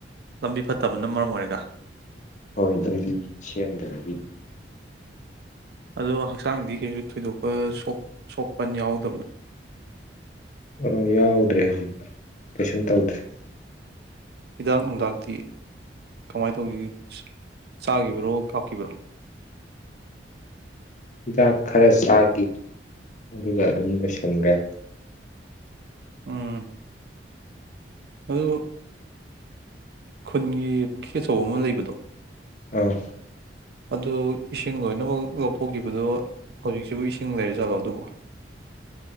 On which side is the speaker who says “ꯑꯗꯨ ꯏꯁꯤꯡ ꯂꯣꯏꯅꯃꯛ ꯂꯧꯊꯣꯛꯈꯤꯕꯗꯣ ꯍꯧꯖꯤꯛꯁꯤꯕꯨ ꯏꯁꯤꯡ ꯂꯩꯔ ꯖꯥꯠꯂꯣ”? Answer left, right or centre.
Right